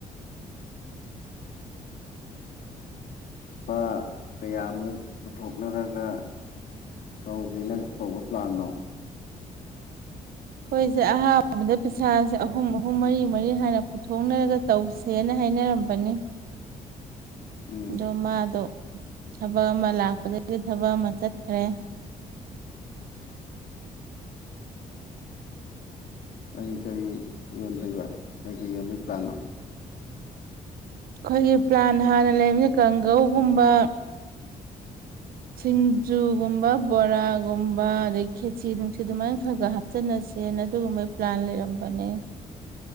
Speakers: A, on the left; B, on the right.
A: ꯂꯨꯄꯥ ꯀꯌꯥꯃꯨꯛ ꯄꯨꯊꯣꯛꯅꯔꯒ ꯇꯧꯒꯦꯅ ꯇꯧꯕ ꯄ꯭ꯂꯥꯟꯅꯣ
B: ꯑꯩꯈꯣꯏꯁꯦ ꯑꯍꯥꯟꯕꯗ ꯄꯩꯁꯥꯁꯦ ꯑꯍꯨꯝ ꯑꯍꯨꯝ ꯃꯔꯤ ꯃꯔꯤ ꯍꯥꯏꯅ ꯄꯨꯊꯣꯛꯅꯔꯒ ꯇꯧꯁꯦꯅ ꯍꯥꯏꯅꯔꯝꯕꯅꯤ
A: ꯎꯝ
B: ꯑꯗꯣ ꯃꯥꯗꯣ ꯊꯕꯛ ꯑꯃ ꯂꯥꯛꯄꯗꯒꯤ ꯊꯕꯛ ꯑꯃ ꯆꯠꯈ꯭ꯔꯦ
A: ꯀꯔꯤ ꯀꯔꯤ ꯌꯣꯟꯗꯣꯏꯕ ꯀꯔꯤ ꯀꯔꯤ ꯌꯣꯟꯕꯣꯏ ꯄ꯭ꯂꯥꯟꯅꯣ
B: ꯑꯩꯈꯣꯏꯒꯤ ꯄ꯭ꯂꯥꯟ ꯍꯥꯟꯅ ꯂꯩꯝꯅ ꯀꯥꯡꯒꯧꯒꯨꯝꯕ
A: <inaudible>
B: ꯁꯤꯡꯖꯨꯒꯨꯝꯕ ꯕꯣꯔꯥꯒꯨꯝꯕ ꯑꯗꯩ ꯈꯦꯆꯤ ꯅꯨꯡꯁꯤꯠ ꯑꯃꯥꯏꯅ ꯈꯒ ꯍꯥꯞ ꯆꯟꯅꯁꯦꯅ ꯑꯗꯨꯒꯨꯝꯕꯩ ꯄ꯭ꯂꯥꯟ ꯂꯩꯔꯝꯕꯅꯦ